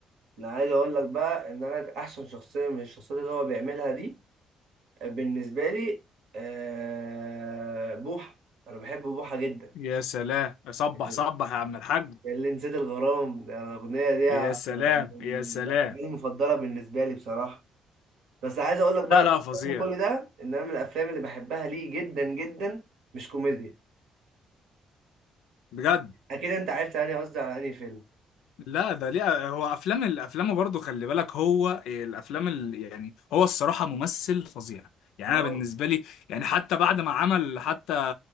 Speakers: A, on the right; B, on the left.
A: انا عايز اقول لك بقى ان انا احسن شخصيه من الشخصيات اللي هو بيعملها دي آه، بالنسبه لي آه بوحه انا بحب بوحه جدا
B: يا سلام صبح
A: يعني
B: صبح يا عم الحاج
A: اللي نسيت الغرام ده الاغنيه دي
B: يا
A: آه،
B: سلام
A: من
B: يا سلام
A: الاغاني المفضله بالنسبه لي بصراحه بس عايز اقول لك
B: لا
A: بقى إن
B: لا فظيع
A: من كل ده ان انا من الافلام اللي بحبها ليه جدا جدا مش كوميديا
B: بجد
A: اكيد انت عرفت يعني قصدي على انهي فيلم
B: لا ده ليه هو افلام الافلام برضه خلي بالك هو الافلام ال... يعني هو الصراحه ممثل فظيع يعني
A: اه
B: انا بالنسبه لي يعني حتى بعد ما عمل حتى